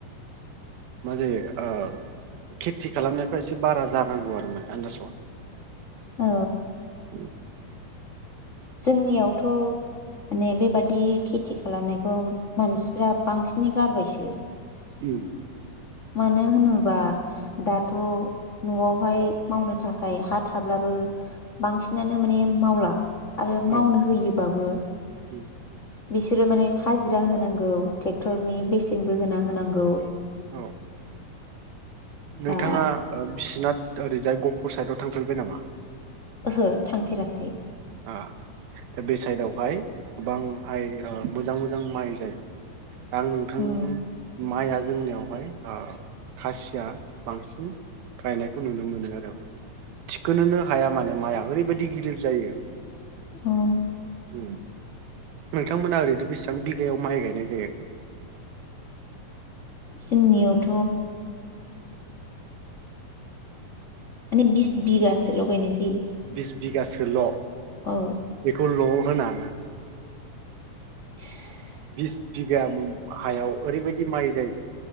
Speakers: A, on the right; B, on the left.
A: मा जायो ओ खेथि खालामनायखो इसे बारा जा नांगौ आरो माने आन्दासाव
B: औ।
A: उम
B: जोंनियावथ माने बेबादि खेथि खालामनायखौ मानसिफ्रा बांसिनै गारबायसो।
A: उम।
B: मानो होनोबा दाथ नआवहाय मावनो थाखाय हा थाब्लाबो बांसिनानो माने मावला। आरो
A: औ
B: मावनो होयोबाबो
A: उम
B: बिसोरो माने हाजिरा होनांगौ ट्रेक्टरनि बेसेनबो होना होनांगौ
A: औ। नोंथाङा
B: आ
A: बिसिनाथ ओरैजाय गहपुर साइदआव थांफेरबाय नामा?
B: ओहो थांफेराखै।
A: दा बे साइदावहाय गोबांहाय ओ मोजां मोजां माइ जायो। दा आं नोंथां
B: उम
A: माइआ जोंनियावहाय ओ खासिया बांसिन गायनायखौ नुनो मोनो आरो। थिखोनोनो हाया माने माइआ ओरैबायदि गिलिर जायो।
B: अ।
A: उम। नोंथांमोना ओरैनो बेसेबां बिघायाव माइ गायनाय जायो?
B: जोंनियावथ माने बिस बिघासे लगायनाय जायो।
A: बिस बिगासोल।
B: औ
A: बेखौल। होना।
B: <inaudible>
A: बिस बिगा हायाव ओरैबायदि माइ जायो।